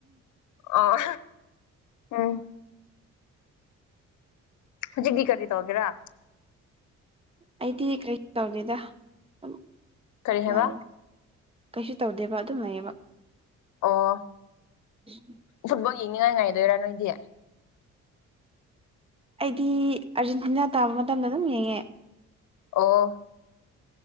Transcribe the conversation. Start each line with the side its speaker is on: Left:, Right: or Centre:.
Left: ꯑꯣ <unintelligible> ꯍꯧꯖꯤꯛꯗꯤ ꯀꯔꯤ ꯇꯒꯦꯔꯥ
Right: ꯑꯩꯗꯤ ꯀꯔꯤ ꯇꯧꯗꯦꯗ ꯑꯗꯨ ꯅꯨꯡꯉꯥꯏꯌꯦ
Left: ꯀꯔꯤ ꯍꯥꯏꯕ
Right: ꯀꯩꯁꯨ ꯇꯧꯗꯦꯕ ꯑꯗꯨꯝ ꯂꯩꯌꯦꯕ
Left: ꯑꯣ
Right: <unintelligible>
Left: ꯐꯨꯠꯕꯣꯜ ꯌꯦꯡꯅꯤꯡꯉꯥꯏ ꯉꯥꯏꯗꯣꯏꯔꯥ ꯅꯣꯏꯗꯤ
Right: ꯑꯩꯗꯤ ꯑꯥꯔꯖꯦꯟꯇꯤꯅꯥ ꯇꯥꯕ ꯃꯇꯝꯗ ꯑꯗꯨꯝ ꯌꯦꯡꯉꯦ
Left: ꯑꯣ